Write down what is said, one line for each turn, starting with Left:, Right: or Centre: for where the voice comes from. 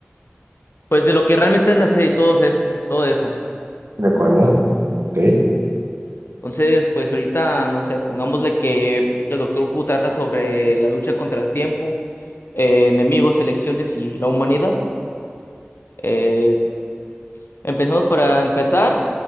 Left: pues, de lo que realmente es la serie y todo, es, todo eso.
Right: ¿de acuerdo? Ok,
Left: Entonces, pues ahorita, no sé, pongámosle que el Doctor Who trata sobre la lucha contra el tiempo, eh, enemigos, elecciones y la humanidad. Eh, Empecemos para empezar.